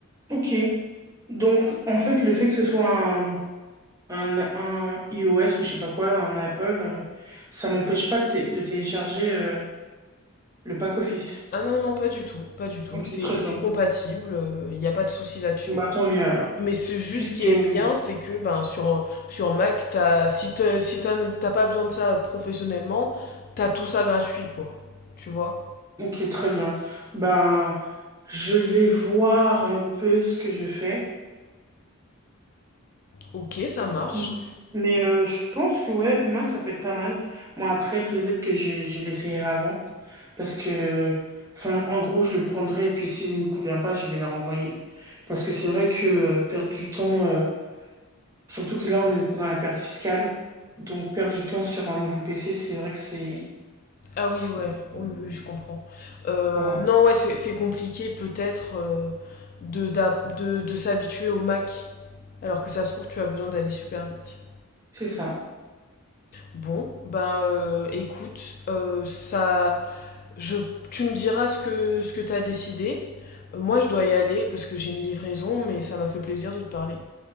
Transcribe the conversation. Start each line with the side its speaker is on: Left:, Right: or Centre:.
Right: Ok. Donc en fait le fait que ce soit un un, un iOS ou je sais pas quoi, un Apple, euh, ça m'empêche pas de, té- de télécharger euh, le pack office.
Left: Ah non, non, pas du tout, pas du tout.
Right: Ok,
Left: C'est
Right: très bien.
Left: c'est compatible, il n'y a pas de souci là-dessus.
Right: Bah tant mieux alors.
Left: Mais c'est juste
Right: Juste
Left: ce qui
Right: que...
Left: est bien, c'est que ben, sur, sur Mac, t'as, si t'as, si t'as- t'as pas besoin de ça professionnellement, t'as tout ça gratuit, quoi. Tu vois?
Right: Ok, très bien. Ben, je vais voir un peu ce que je fais.
Left: Ok, ça marche.
Right: Mm. Mais euh, je pense que ouais, Mac, ça peut être pas mal. Moi, après, peut-être que je, je l'essayerai avant. Parce que, enfin, en gros, je le prendrai et puis s'il ne me convient pas, je vais le renvoyer. Parce que c'est vrai que euh, perdre du temps. euh, Surtout que là, on est pendant la période fiscale. Donc, perdre du temps sur un nouveau PC, c'est vrai que c'est...
Left: Ah
Right: c'est-
Left: oui, ouais, oui, oui, je comprends. Euh,
Right: Voilà,
Left: non, ouais, c'est c'est compliqué peut-être euh, de, d'ap- de, de s'habituer au Mac, alors que ça se trouve, tu as besoin d'aller super vite.
Right: c'est ça.
Left: Bon, ben euh, écoute, euh, ça, je, tu me diras ce que ce que t'as décidé. Euh, Moi, je dois y aller parce que j'ai une livraison, mais ça m'a fait plaisir de te parler.